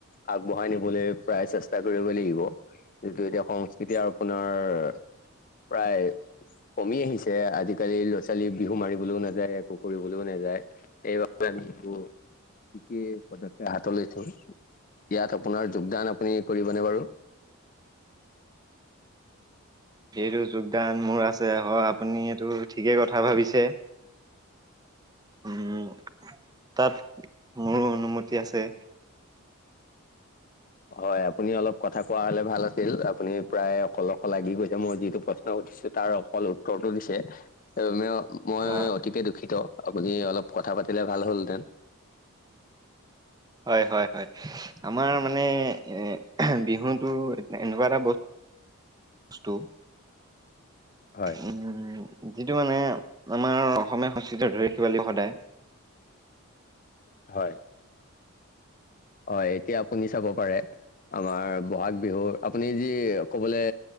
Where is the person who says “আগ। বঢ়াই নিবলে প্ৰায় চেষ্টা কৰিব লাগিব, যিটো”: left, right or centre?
Left